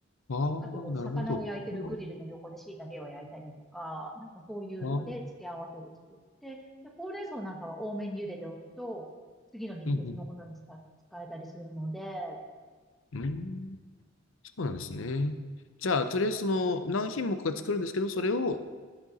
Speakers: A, on the left (about 75°); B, in the centre.
A: あ
B: あと、
A: あ、なるほど。
B: 魚を焼いてるグリルの横で椎茸を焼いたりとか、
A: あ
B: なんかそういうので付け合わせを作って、
A: あ、うん
B: で、ほうれん草なんかは多めに茹でておくと、次の日に別のことに使使えたりするので、
A: うん。うんそうなんですね。じゃあ、とりあえずその何品目か作るんですけど、それを、